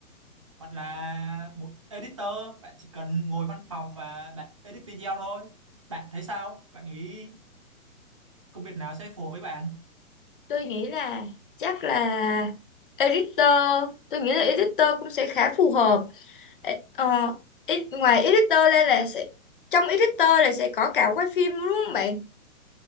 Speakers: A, on the right; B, on the left.
A: hoặc là một editor bạn chỉ cần ngồi văn phòng và bạn edit video thôi bạn thấy sao bạn nghĩ công việc nào sẽ phù hợp với bạn
B: tôi nghĩ là chắc là editor tôi nghĩ là editor cũng sẽ khá phù hợp Ê, ờ, ít- ngoài editor ra là sẽ trong editor là sẽ có cả quay phim đúng không bạn